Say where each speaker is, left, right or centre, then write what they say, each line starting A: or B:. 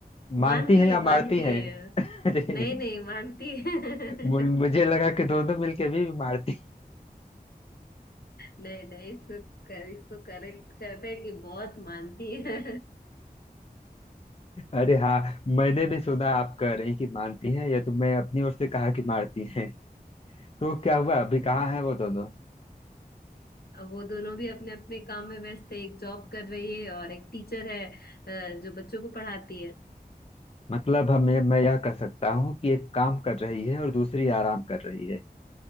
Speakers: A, on the left; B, on the left.
A: मानती
B: मानती
A: है या
B: है
A: मारती
B: मानती
A: है
B: है
A: अरे
B: नहीं नहीं मानती है
A: मु- मुझे लगा कि दोनों मिलके भी मारती
B: नहीं नहीं इसको कर, इसको करेक्ट करते हैं कि बहुत मानती है
A: अरे हाँ मैंने भी सुना आप कह रही कि मानती हैं या तो मैं अपनी ओर से कहा कि मारती हैं तो क्या हुआ अभी कहाँ है वो दोनों
B: अब वो दोनों भी अपने अपने काम में व्यस्त है एक जॉब कर रही है और एक टीचर है अ, जो बच्चों को पढ़ाती है
A: मतलब हमें मैं यह कह सकता हूँ कि एक काम कर रही है और दूसरी आराम कर रही है